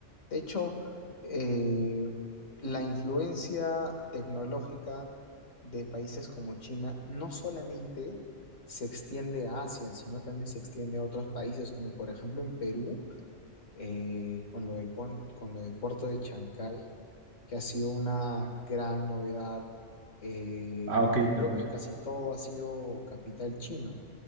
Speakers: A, on the left; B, on the right.
A: De hecho, eh, la influencia tecnológica de países como China no solamente se extiende a Asia, sino también se extiende a otros países, como por ejemplo en Perú, eh, con lo del, pon- con lo del puerto de Chancay, que ha sido una gran novedad. Eh,
B: Ah, ok, de
A: creo
B: acuerdo.
A: que casi todo ha sido capital chino,